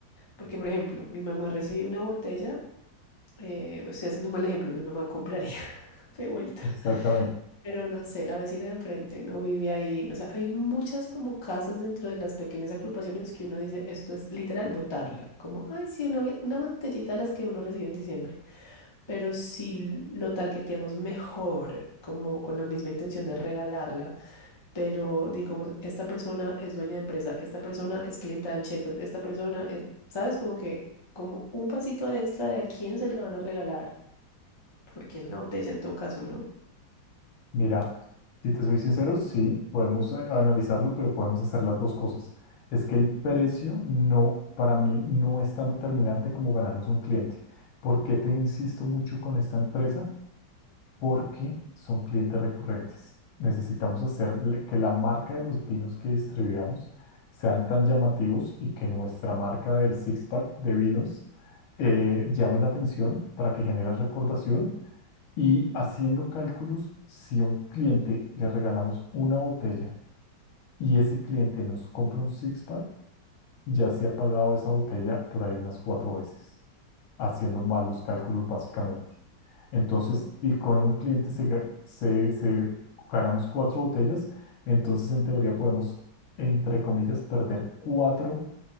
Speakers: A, on the left; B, on the left.
A: Porque, por ejemplo, mi mamá recibe una botella, eh, estoy haciendo un mal ejemplo, mi mamá compraría <laughs> de vuelta.
B: Exactamente.
A: Pero no sé, la vecina de enfrente no vive ahí. O sea, hay un- muchas como casas dentro de las pequeñas agrupaciones que uno dice, esto es literal botarla. Como, ay, sí, una, bi- una botellita de las que uno recibe en diciembre. Pero si lo targeteamos mejor, como con la misma intención de regalarla pero digamos, esta persona es dueña de empresa, esta persona es clienta de Anchetas, esta persona es, ¿sabes? Como que, como un pasito extra de a quién se le van a regalar, porque es una botella en todo caso, ¿no?
B: Mira, si te soy sincero, sí, podemos eh, analizarlo, pero podemos hacer las dos cosas. Es que el precio no, para mí, no es tan determinante como ganarnos un cliente. ¿Por qué te insisto mucho con esta empresa? porque son clientes recurrentes. Necesitamos hacer le- que la marca de los vinos que distribuidamos sean tan llamativos y que nuestra marca del six-pack de vinos eh, llame la atención para que genere recordación. Y haciendo cálculos, si a un cliente le regalamos una botella y ese cliente nos compra un six-pack, ya se ha pagado esa botella por ahí unas cuatro veces haciendo mal los cálculos básicamente. Entonces,
A: Mm.
B: y con un cliente se, ga- se- se- ganamos cuatro botellas, entonces en teoría podemos, entre comillas, perder cuatro,